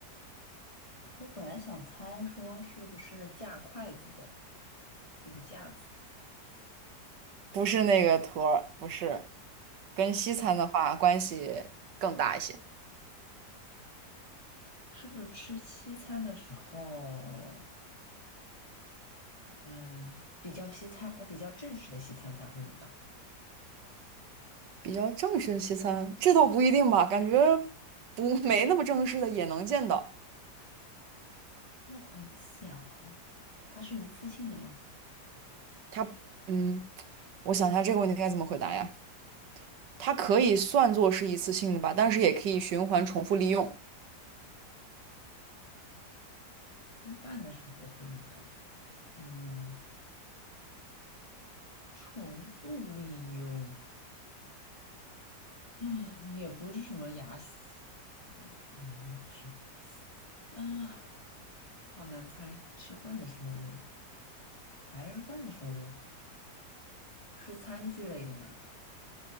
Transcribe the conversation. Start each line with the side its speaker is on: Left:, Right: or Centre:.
Left: 我本来想猜说是不是架筷子的。那个架子，
Right: 不是那个托儿，不是，跟西餐的话关系更大一些。
Left: 是不是吃西餐的时候，呃，比较西餐，呃，比较正式的西餐才会用到？
Right: 比较正式的西餐，这倒不一定吧，感觉不 <laughs> 没那么正式的也能见到。
Left: 又很小，它是一次性的吗？
Right: 它，嗯，我想一下这个问题该怎么回答呀？它可以算作是一次性的吧，但是也可以循环重复利用。
Left: 吃饭的时候会用到，嗯，重复利用，啊，也不是什么牙洗嗯嗯，也不是，啊，好难猜，吃饭的时候用，白人饭的时候用，是餐具类的吗？